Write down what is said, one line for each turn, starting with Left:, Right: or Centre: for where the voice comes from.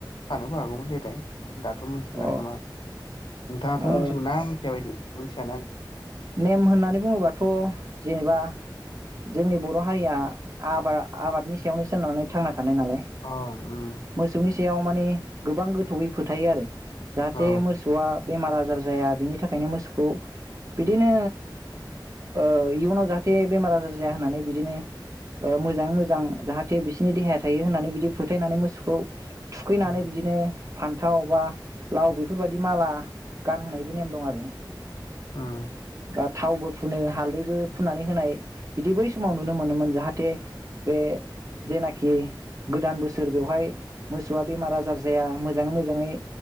Left: थानोबो हागौमोन देलाय। दाथ' मिथिला
Right: अ
Left: खोमा नोंथाङाथ'
Right: ओ
Left: मिथिगौ ना मिथिया बायदि मिथि <unintelligible>
Right: नेम होननानै बुङोबाथ' जेनेबा जोंनि बर' हारिया आबाद आबादनि सायावनो सोनारनानै थांना थानाय नालाय
Left: अ उम
Right: मोसौनि सायाव माने गोबां गोथौयै फोथायो आरो। जाहाथे
Left: औ
Right: मोसौवा बेमार आजार जाया बिनि थाखायनो मोसौखौ बिदिनो ओ इयुनाव जाहाथे बेमार आजार जाया होननानै बिदिनो ओ मोजाङै मोजां जाहाथे बिसोरनि देहाया थायो होननानै बिदि फोथायनानै मोसौखौ थुखैनानै
Left: उम
Right: बिदिनो फान्थाव बा लाव बेफोरबायदि माला गानहोनायबो नेम दं आरो
Left: ओम।
Right: बा थावबो फुनो हालदैबो फुननानै होनाय बिदि बै समाव नुनो मोनोमोन जाहाथे बे जेनाखि गोदान बोसोर बेवहाय मोसौआ बेमार आजार जाया मोजाङै मोजाङै